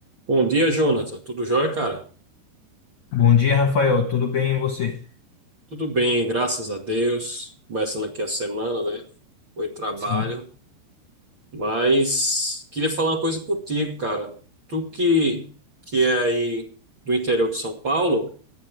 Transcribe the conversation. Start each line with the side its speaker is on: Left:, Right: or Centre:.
Right: Bom dia, Jonathan. Tudo jóia, cara?
Left: Bom dia, Rafael. Tudo bem e você?
Right: Tudo bem, graças a Deus. Começando aqui a semana, né? Foi trabalho.
Left: Sim.
Right: Mas queria falar uma coisa contigo, cara. Tu que, que é aí do interior de São Paulo,